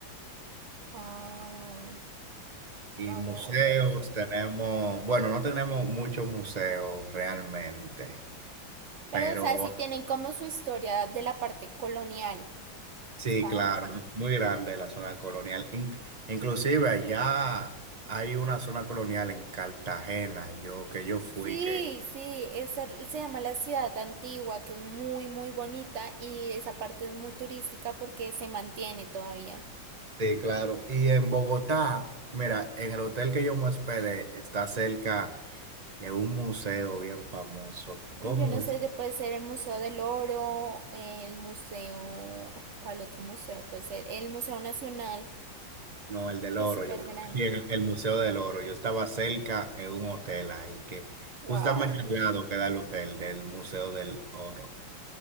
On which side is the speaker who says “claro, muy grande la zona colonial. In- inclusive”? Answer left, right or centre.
Right